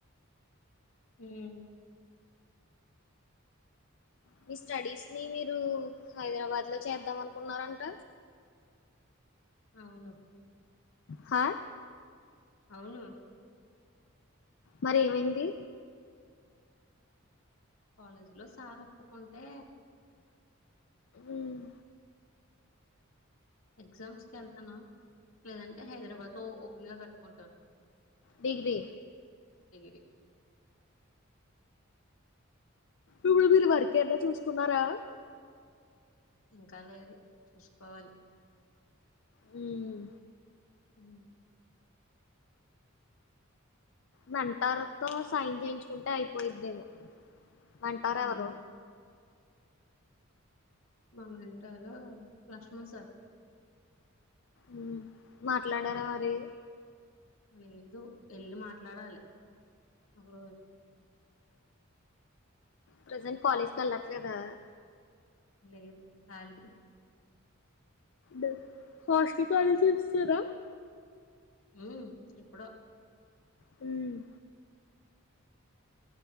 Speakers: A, on the left (about 80°); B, on the left (about 60°).
A: ఉమ్
B: మీ స్టడీస్ ని మీరు హైదరాబాద్ లో చేద్దాం అనుకున్నారంట
A: అవును
B: హా
A: అవును
B: మరి ఏమైంది
A: కాలేజీ లో సార్ ఒప్పుకుంటే
B: ఉమ్
A: ఎగ్జామ్స్ కి వెళ్తానా లేదంటే హైదరాబాద్ లో ఇగా కట్టుకుంటాను
B: డిగ్రీ
A: డిగిరీ
B: ఇప్పుడు మీరు వర్కేన్నా
A: హ్మ్.
B: చూసుకున్నారా
A: ఇంకా లేదు. చూసుకోవాలి.
B: మ్.
A: మ్.
B: మంటారుతో సైన్ చేయించుకుంటే అయిపోయిద్దేమో మంటారేవరు
A: అవును మా మంటారు లక్ష్మణ్ సార్
B: మ్ మాట్లాడారా మరి
A: లేదు ఏళ్ళీ మాట్లాడాలి ఒక రోజు
B: ప్రజెంట్ కాలేజ్ కెళ్ళట్లేదా
A: లేదు ఖాలీ
B: డ్ కాస్ట్లి కాలేజీ ఇడుస్తర
A: మ్ ఎప్పుడో
B: మ్